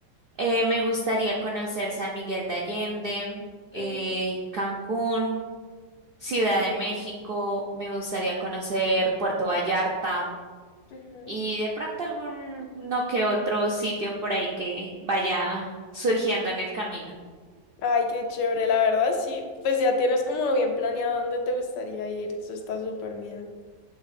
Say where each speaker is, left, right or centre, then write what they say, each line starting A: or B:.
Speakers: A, on the right; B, on the left.
A: Eh, me gustaría conocer San Miguel de Allende, eh,
B: ujú,
A: Cancún, Ciudad de México, me gustaría conocer Puerto Vallarta
B: ujú.
A: y de pronto algún no que otro sitio por ahí que vaya surgiendo en el camino.
B: Ay, qué chévere, la verdad, sí. Pues ya tienes como bien planeado dónde te gustaría ir. Eso está súper bien.